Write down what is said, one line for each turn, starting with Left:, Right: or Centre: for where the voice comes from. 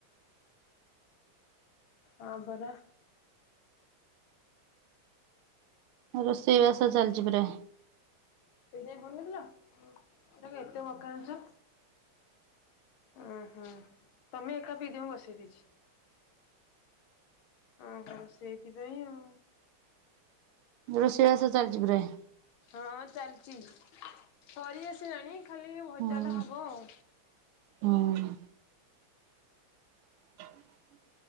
Left: ହଁ ବରା।
Right: ରୋଷେଇବାସ ଚାଲିଛି ପୁରା
Left: ସେ ଯାଇ ଫୋନ କରିଥିଲହୁଁ ଏଟା କମଏତେ ମକା ଆଣିଚ ଓ ହଁ ତମେ ଏକା ପିଦିଅ ମୁ ବସେଇ ଦେଇଛି। ହ ସେଇଥିପାଇଁ ଆଉ।
Right: ରୋଷେଇବାସ ଚାଲିଛି ପୁରାଇ
Left: ହଁ ଚାଲିଛି ସରି ଆସିଲାଣି ଖାଲି ଏଇ ଭଜାଟା
Right: ହୁଁ
Left: ହବ ଆଉ।
Right: ହୁଁ। <inaudible>